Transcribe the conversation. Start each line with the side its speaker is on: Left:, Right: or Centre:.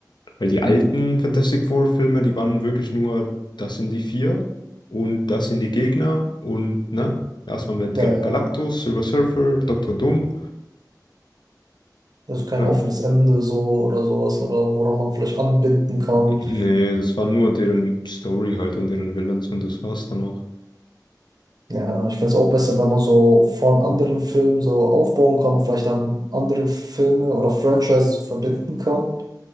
Left: Weil die
Right: hm,
Left: alten Fantastic Four Filme, die waren wirklich nur, das sind die vier und das sind die Gegner und ne, erstmal mit
Right: ja,
Left: Gal
Right: ja.
Left: Galactus, Silver Surfer, Dr. Doom,
Right: Also kein
Left: ne?
Right: offenes Ende so oder sowas oder woran man vielleicht anbinden kann.
Left: Nee, das war nur deren Story halt und deren Villains und das war's dann auch.
Right: Ja, ich finde es auch besser, wenn man so von anderen Filmen so aufbauen kann und vielleicht dann andere Filme oder Franchises verbinden kann.